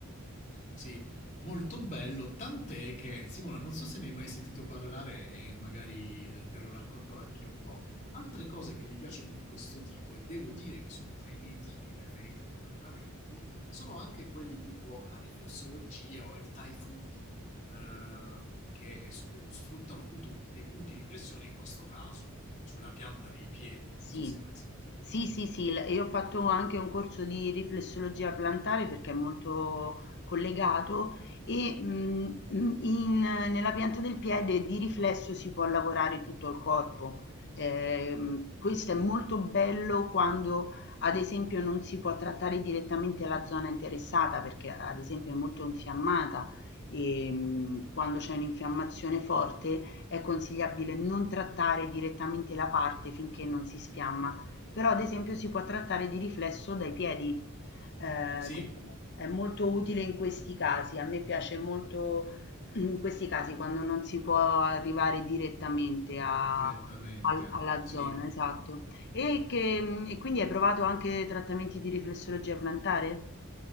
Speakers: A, on the left (about 35°); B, on the left (about 55°).
A: Sì, molto bello, tant'è che Simona, non so se ne hai mai sentito parlare e magari eh, te lo racconto anche un po'. Altre cose che mi piacciono di questo tipo e devo dire che sono tra i miei tipi preferiti di trattamenti sono anche quelli tipo la riflessologia o il Thai foot eh, che s- sfruttano appunto dei punti di pressione in questo caso sulla pianta dei piedi,
B: Sì,
A: non so se hai mai sentito.
B: Sì,
A: Mhm.
B: sì, sì, l- io ho fatto anche un corso di riflessologia plantare perché è molto collegato e mh, mh, in- nella pianta del piede di riflesso si può lavorare tutto il corpo. Ehm, questo è molto bello quando, ad esempio, non si può trattare direttamente la zona interessata perché, ad esempio, è molto infiammata e mh, quando c'è un'infiammazione forte è consigliabile non trattare direttamente la parte finché non si sfiamma però ad esempio si può trattare di riflesso dai piedi, ehm,
A: Sì,
B: quindi è molto utile in questi casi. A me piace molto in questi casi quando non si può arrivare direttamente a
A: direttamente.
B: al alla
A: Sì.
B: zona, esatto. E che mhmm, e quindi hai provato anche trattamenti di riflessologia plantare?